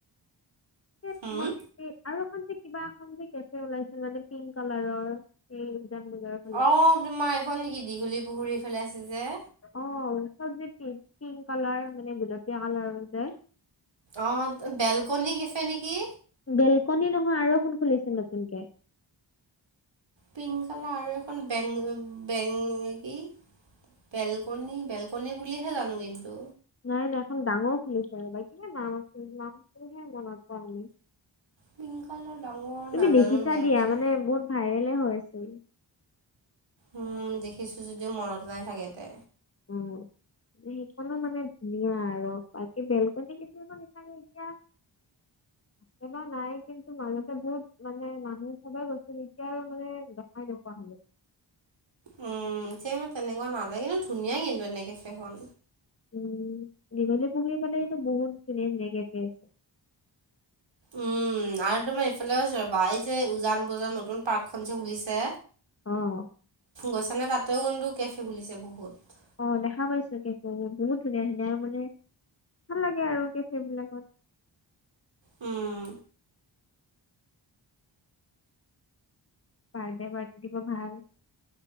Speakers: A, on the left; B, on the right.
A: <unintelligible>
B: উম,
A: আৰু এখন যে কিবা এখন যে কেফে ওলাইছিল মানে পিংক কালাৰৰ এই উজান বজাৰত
B: অঁ তোমাৰ এইখন নেকি দীঘলী পুখুৰী ফেলাই আছে যে।
A: অও চবজিত। পিংক কালাৰ মানে গুলপীয়া কালাৰৰ যে।
B: অ বেলকনী কেফে নেকি।
A: বেলকনি নহয় আৰু এখন খুলিছে নতুনকে।
B: পিংক কালাৰ এখন বেং বেংগ কি বেলকনি বেলকনি বুলিহে জানো কিন্তু।
A: নাই নাই এখন ডাঙৰ খুলিছে বাই কিনে নাম আছিল নামতোহে মনত পৰা নাই।
B: পিংক কালাৰ ডাঙৰ
A: তুমি
B: নাজানো
A: দেখিছা দিয়া,
B: পিছে
A: মানে বহুত ভাইৰেলে হৈ আছিল।
B: উম। দেখিছোঁ যদিও মনত নাই চাগে তে।
A: উম। সেইখনো মানে ধুনীয়া আৰু, বাকী বেলকনী <unintelligible> তিয়া <inaudible> এবাৰ নাই কিন্তু মাজতে বহুত মানে মানুহ চবে গৈছিল, এতিয়া আৰু মানে দেখাই নোপোৱা হ'লো।
B: উম। এতিয়া ইমান তেনেকুৱা নাযায়, কিন্তু ধুনীয়াই কিন্তু এনে কেফেখন।
A: উম। দীঘলী পুখুৰীৰ ফালে কিন্তু বহুত ধুনিয়া ধুনীয়া কেফে আছে।
B: উম, আৰু তোমাৰ এইফালে ৰ'বা। এই যে উজান বজাৰত নতুন পাৰ্কখন যে খুলিছে।
A: অ
B: গৈছা নে? তাতেও কুন্তু কেফে খুলিছে বহুত।
A: অ' দেখা পাইছো কেফেবোৰ। বহুত ধুনীয়া ধুনীয়া মানে, ভাল লাগে আৰু কেফে বিলাকত।
B: উম।
A: বাৰ্দে পাৰ্টি দিব ভাল।